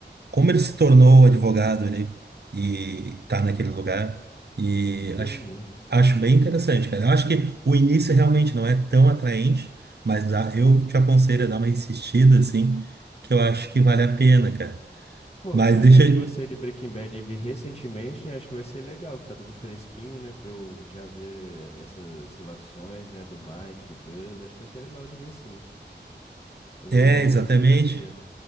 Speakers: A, on the right; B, on the left.
A: como ele se tornou advogado, ele e tá naquele lugar e
B: Entendi.
A: acho acho bem interessante, cara. Eu acho que o início realmente não é tão atraente, mas dá- eu te aconselho a dar uma insistida assim, que eu acho que vale a pena, cara.
B: Pô,
A: Mas
B: cara,
A: deixa
B: eu que
A: eu-
B: gostei de Breaking Bad e vi recentemente, né? Acho que vai ser legal, que tá tudo fresquinho, né? Pra eu já ver eh, essas relações, né? Do Mike, do Gus. Acho que vai ser legal de ver, sim. Eu vou,
A: é,
B: vou,
A: exatamente.
B: vou terminar de ver.